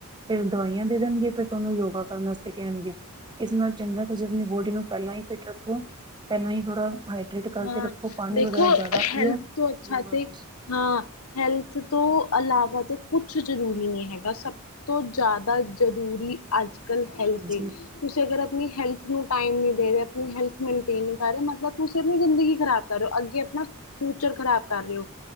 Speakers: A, on the right; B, on the left.
A: ਫਿਰ ਦਵਾਈਆਂ ਦੇ ਦੇਣਗੇ ਫਿਰ ਤੁਹਾਨੂੰ ਯੋਗਾ ਕਰਨ ਵਾਸਤੇ ਕਹਿਣਗੇ ਇਸ ਨਾਲ ਚੰਗਾ ਤੁਸੀਂ ਆਪਣੀ ਬੋਡੀ ਨੂੰ ਪਹਿਲਾਂ ਹੀ ਫਿਟ ਰੱਖੇ ਕੋਣ ਪਹਿਲਾਂ ਹੀ ਥੋੜਾ ਹਾਈਡਰੇੇਟ ਕਰਕੇ
B: ਹਾਂ
A: ਰੱਖੋ ਪਾਣੀ
B: ਦੇਖੋ
A: ਵਗੈਰਾ ਜ਼ਿਆਦਾ ਪੀਓ
B: ਹੈਲਥ ਤੋਂ ਅੱਛਾ
A: ਯੋਗਾ
B: ਤੇ
A: ਕਰੋ
B: ਹਾਂ ਹੈਲਥ ਤੋਂ ਇਲਾਵਾ ਤਾਂ ਕੁਛ ਜ਼ਰੂਰੀ ਨਹੀਂ ਹੈਗਾ ਸਭ ਤੋਂ ਜ਼ਿਆਦਾ ਜ਼ਰੂਰੀ ਅੱਜ ਤੁਸੀਂ
A: ਹਾਂਜੀ
B: ਅਗਰ ਆਪ ਹੈਲਥ ਨੂੰ ਟਮ ਨ ਦੇ ਰ ਆਪ ਹੈਲ ਮੇਨਟੇਨ ਨ ਕਰ ਰਹੇ ਮਤਲਬ ਤੁਸੀਂ ਆਪਣੀ ਜ਼ਿੰਦਗੀ ਖ਼ਰਾਬ ਕਰ ਰਹੇ ਹੋ ਅੱਗੇ ਆਪਣਾ ਫਿਊਚਰ ਖ਼ਰਾਬ ਕਰ ਰਹੇ ਹੋ